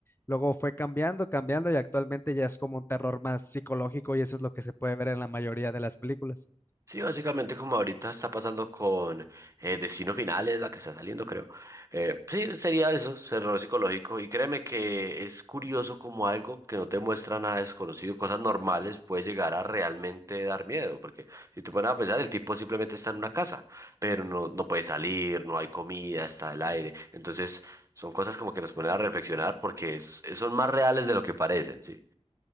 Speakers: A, on the left; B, on the right.
A: Luego fue cambiando, cambiando y actualmente ya es como un terror más psicológico y eso es lo que se puede ver en la mayoría de las películas.
B: Sí, básicamente como ahorita está pasando con eh, Destino Final, es la que está saliendo, creo. Eh, sí, sería eso, terror psicológico. Y créeme que es curioso como algo que no te muestra nada desconocido, cosas normales, puede llegar a realmente dar miedo. Porque si te pones a pensar, el tipo simplemente está en una casa, pero no, no puede salir, no hay comida, está el aire. Entonces, son cosas como que nos ponen a reflexionar porque es- son más reales de lo que parecen, ¿sí?